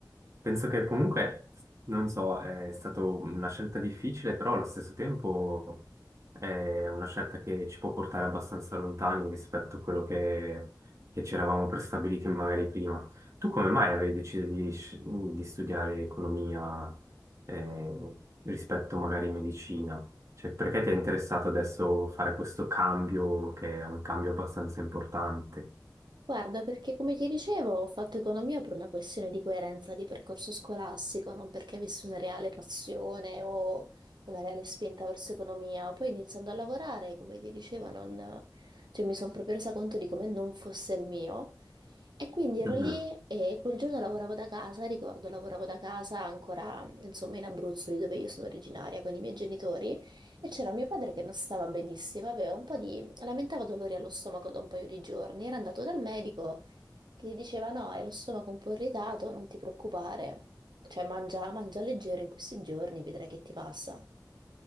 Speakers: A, on the right; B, on the right.
A: penso che comunque, non so, è stata una scelta difficile, però allo stesso tempo è una scelta che ci può portare abbastanza lontani rispetto a quello che, che ci eravamo prestabiliti magari prima. Tu come mai avevi deciso di, sci- di studiare economia eh, rispetto magari medicina? Cioè, perché ti è interessato adesso fare questo cambio, che è un cambio abbastanza importante?
B: Guarda, perché come ti dicevo, ho fatto economia per una questione di coerenza di percorso scolastico, non perché avessi una reale passione o una reale spinta verso economia. Poi iniziando a lavorare, come ti dicevo, non- cioè, mi sono proprio resa conto di come non fosse il mio. E quindi ero
A: Mhm.
B: lì e quel giorno lavoravo da casa, ricordo, lavoravo da casa ancora, insomma, in Abruzzo, lì dove io sono originaria, con i miei genitori. E c'era mio padre che non stava benissimo, aveva un po' di... lamentava dolori allo stomaco da un paio di giorni. Era andato dal medico che gli diceva: No, hai lo stomaco un po' irritato, non ti preoccupare. Cioè, mangia, mangia leggero in questi giorni, vedrai che ti passa.